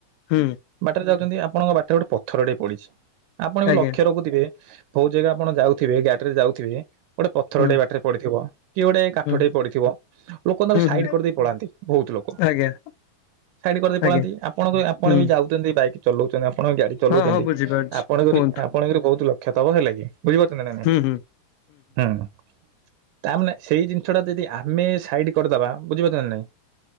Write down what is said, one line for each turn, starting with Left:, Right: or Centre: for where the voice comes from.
Left: ହୁଁ।
Right: ବାଟରେ ଯାଉଛନ୍ତି, ଆପଣଙ୍କ ବାଟରେ ଗୋଟେ ପଥର ଟେ ପଡିଛି। ଆପଣ ବି
Left: ଆଜ୍ଞା
Right: ଲକ୍ଷ୍ୟ ରଖୁଥିବେ। ବହୁ ଜାଗା ଆପଣ ଯାଉଥିବେ, ଗ୍ୟାଟ ରେ ଯାଉଥିବେ ଗୋଟେ ପଥରଟେ
Left: ହୁଁ
Right: ବାଟ ରେ ପଡିଥିବ କି ଗୋଟେ କାଠଟେ
Left: ହୁଁ
Right: ପଡିଥିବ, ଲୋକ ତାଙ୍କୁ
Left: ହୁଁ
Right: ସାଇଡ
Left: ହୁଁ
Right: କରିଦେଇ ପଳାନ୍ତି ବହୁତ ଲୋକ।
Left: ଆଜ୍ଞା
Right: ସାଇଡ କରିଦେଇ ପଳାନ୍ତି।
Left: ଆଜ୍ଞା
Right: ଆପଣଙ୍କୁ ବି ଆ ଆପଣ
Left: ହୁଁ
Right: ବି ଯାଉଛନ୍ତି, ବାଇକ୍ ଚଲଉଛନ୍ତି, ଆପଣ ଗାଡି ଚଲଉଛନ୍ତି,
Left: ହଁ ହଁ ବୁଝିପାରୁଛି
Right: ଆପଣ ଯଦି
Left: କୁହନ୍ତୁ
Right: ଆ ଆପଣଙ୍କରେ ବହୁତ ଲକ୍ଷ ଥବ ହେଲା କି, ବୁଝିପାରୁଛନ୍ ନ ନାଇଁ?
Left: ହୁଁ ହୁଁ।
Right: ହୁଁ। ତା ମାନେ ସେଇ ଜିନିଷ ଟା ଯଦି ଆମେ ସାଇଡ କରିଦବା, ବୁଝିପାରୁଛ ନା ନାଇଁ?